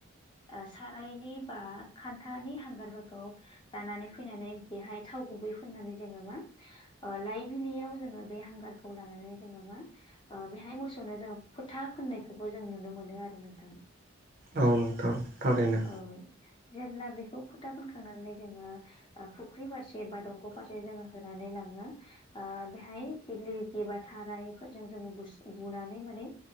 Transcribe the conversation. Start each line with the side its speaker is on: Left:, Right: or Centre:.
Left: सारायनि बा खान्थानि हांगारफोरखौ लानानै फैनानै बेहाय थाव गुबै फुननानै जोङो मा ओ लाइबिलियाव जोङो बे हांगारखौ लानानै जोङो मा ओ बेहाय मोसौनो जोङो फोथा फोननायखौबो जों नुनो मोनो आरो नोंथां
Right: औ नोंथां थारैनो
Left: औ जेब्ला बेखौ फोथा फोनखांनानै जोङो ओ फुख्रि फारसे बा दंग' फारसे जोङो होनानै लाङो बेहाय दिग्लिलिथि बा थारायफोरजों जोङो <unintelligible> बुनानै माने